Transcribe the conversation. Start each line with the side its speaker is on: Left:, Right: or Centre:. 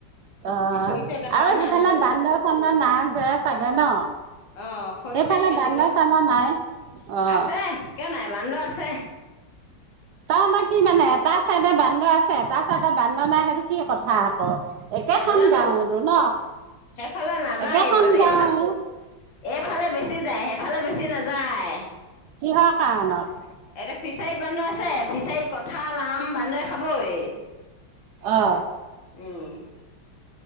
Right: অ আৰু
Left: এ খৰি চৰি কটা মানুহে
Right: সেইফালে
Left: আনিব যায়
Right: বান্দৰ চান্দৰ নাই যে চাগে ন
Left: অ', খৰি
Right: সেইফালে
Left: চৰি কাটিব।
Right: বান্দৰ চান্দৰ নাই অ
Left: আছে কিয় নাই বান্দৰ আছে।
Right: তই ন কি মানে এটা চাইডে বান্দৰ আছে এটা চাইডে বান্দৰ নাই সেইটো কি কথা আক একেখন
Left: নাজানো।
Right: গাঁৱেটো ন
Left: সেইফালে নাযায়
Right: একেখন
Left: ইমান এইফাল
Right: গাঁৱে
Left: এইফালে বেছি যায় সেইফালে বেছি নেযায় যায়
Right: কিহৰ কাৰণত
Left: এতিয়া ফিচাৰীত বান্দৰ আছে ফিছাৰীত ক'ত কঁঠাল আম বান্দৰে খাবই
Right: অ
Left: উম